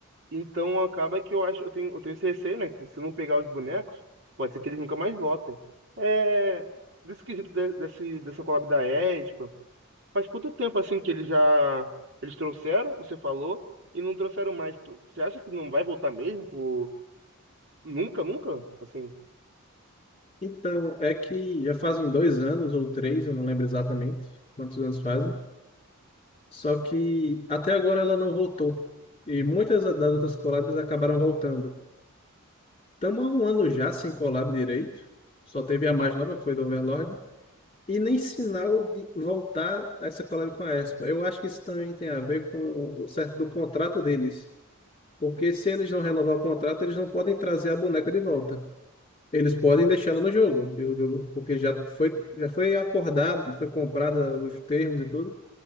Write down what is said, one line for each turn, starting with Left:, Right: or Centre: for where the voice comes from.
Right: Então acaba que eu acho, eu tenho, eu tenho esse receio, né? Que se eu não pegar os bonecos, pode ser que eles nunca mais voltem. É, desse quesito de, desse, dessa collab da Espa. Faz quanto tempo assim que eles já eles trouxeram, você falou, e não trouxeram mais? Tu- Você acha que não vai voltar mesmo? por- Nunca, nunca? Assim,
Left: Então, é que já fazem dois anos ou três, eu não lembro exatamente quantos anos fazem. Só que até agora ela não voltou. E muitas das outras collabs acabaram voltando. Estamos há um ano já sem collab direito. Só teve a mais nova, que foi do Overlord. E nem sinal de voltar a essa collab com a Espa. Eu acho que isso também tem a ver com o certo do contrato deles. Porque se eles não renovar o contrato, eles não podem trazer a boneca de volta. Eles podem deixá-la no jogo, e o jogo- porque já foi, já foi acordado, já foi comprada os termos e tudo.